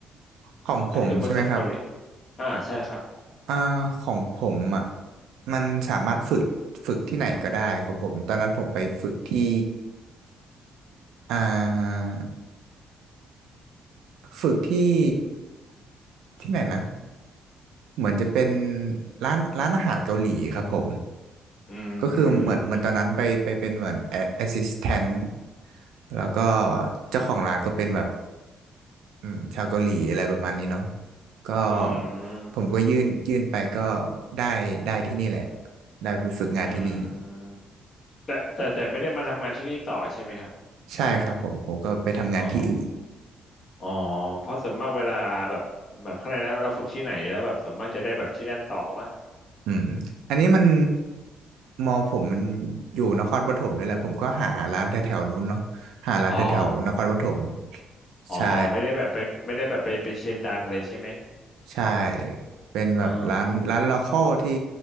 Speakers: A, on the right; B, on the left.
A: ของผมใช่ไหมครับ
B: นั่นคือบริษัทเกาหลีอ่าใช่ครับ
A: อ่าของผมอ่ะมันสามารถฝึกฝึกที่ไหนก็ได้ของผมตอนนั้นผมไปฝึกที่ อ่าฝึกที่ที่ไหนนะเหมือนจะเป็นร้านร้านอาหารเกาหลีครับผม
B: อืม
A: ก็คือเหมือนเหมือนตอนนั้นไปไปเป็นเหมือนแอสซิสแตนต์
B: อืม
A: แล้วก็เจ้าของร้านก็เป็นแบบอืมชาวเกาหลีอะไรประมาณนี้เนาะก็
B: อืม
A: ผมก็ยื่นยื่นไปก็ได้ได้ที่นี่แหละได้ไปฝึกงานที่นี่
B: อืมแต่แต่แต่ไม่ได้มาทำงานที่นี่ต่อใช่ไหมครับ
A: ใช่ครับผมผมก็ไปทำงานที่อื่น
B: อ๋ออ๋อเพราะส่วนมากเวลาแบบแบบอะไรยกนะเราฝึกที่ไหนแล้วแบบส่วนมากจะได้แบบที่นั่นต่อปะ
A: อืมอันนี้มันมอผมมันอยู่นครปฐมด้วยแหละผมก็หาร้านแถวๆนู้นเนาะหาร้านแถวๆนครปฐม
B: อ๋ออ๋ออ๋ออ๋อไม่ได้แบบไปไม่ได้แบบไปไปเชนดังเลยใช่ไหม
A: ใช่ใช่เป็นแบบร้านร้านลอคอลที่
B: เอ๋อ